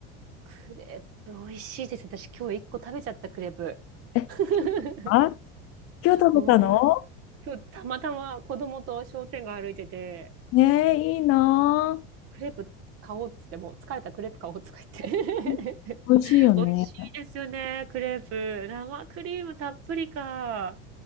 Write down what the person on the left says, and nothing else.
え、
京都は今日食べたの
ねえ、いいなぁ。
うん
美味しいよね。